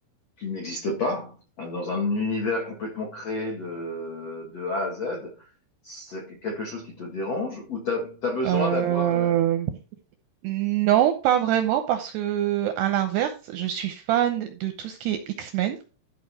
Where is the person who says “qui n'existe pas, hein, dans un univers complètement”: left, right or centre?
Left